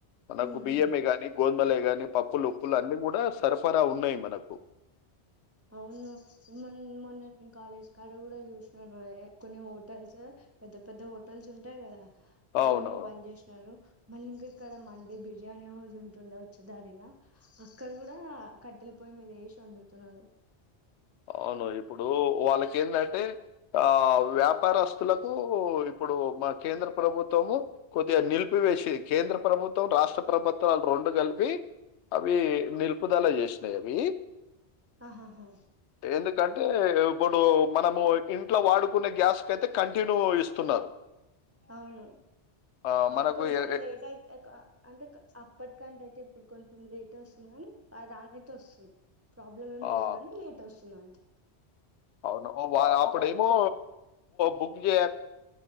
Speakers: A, on the left; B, on the right.
A: మనకు
B: ఉమ్
A: బియ
B: ఉహు
A: మేగాని గోం కాని పప్పులు ఉప్పులు అన్ని కూడా సరఫర్ ఉన్నాయి మనకు
B: అవును మొ మొన్న నేను కాలేజ్ కాడ కూడా చూసినాను కొన్ని హోటల్స్ పెద్ద పెద్ద హోటల్స్ ఉంటాయి కదా
A: అవునవును
B: అవేమో బంద్ చేసినారు మళ్ళీ ఇంకా ఇక్కడ మండడి బిర్యానీ హౌస్ ఉంటుండ వచ్చు దారిలా అక్కడ కూడా కట్టెలి పోయి మీద చం వండుతున్నారు
A: అవును ఇప్పుడు వాళ్ళకి ఏంటంటే ఆ వ్యాపారస్తులకు ఇప్పుడు మా కేంద్ర ప్రభుత్వము కొద్దిగా నిలిపివేసిది కేంద్ర ప్రభుత్వం రాష్ట్ర ప్రభుత్వాలు రెండు కలిపి అవి నిరూపుదలా చేసినాయి అవి
B: ఆహాహా
A: ఎందుకంటే ఇప్పుడు మనము ఇంట్లో వాడుకునే గ్యాస్ కయితే కంటిన్యూ ఇస్తున్నారు
B: అవును
A: ఆహ్,
B: అవును
A: మనకు
B: కొంచెం
A: ఎ ఎ
B: లేట్ అయితే అంటే అప్పటికంటే అయితే ఇప్పుడు కొంచం లేట్ వస్తుం కానీ రానైయితే వస్తుంది ప్రాబ్లమ్ ఏం
A: ఆ!
B: లేదు గానీ లేట్ వస్తుంది దంతె
A: అవును అప్పుడ ఏమో బుక్ చే